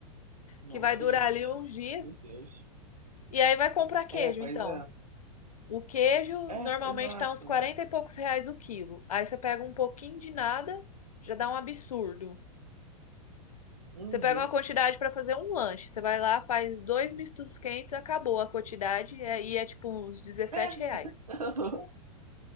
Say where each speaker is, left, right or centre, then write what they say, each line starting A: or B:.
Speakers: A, on the right (about 85°); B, on the left (about 75°).
A: Nossa,
B: que vai durar
A: gente.
B: ali uns dias.
A: Meu Deus.
B: E aí vai comprar queijo,
A: É, pois
B: então.
A: é.
B: O queijo
A: É,
B: normalmente
A: exato.
B: tá uns 40 e poucos reais o quilo. Aí você pega um pouquinho de nada, já dá um absurdo.
A: Uhum.
B: Você pega uma quantidade pra fazer um lanche. Você vai lá, faz dois mistos quentes, acabou a quantidade. é- E é tipo uns 17
A: É,
B: reais.
A: <laughs>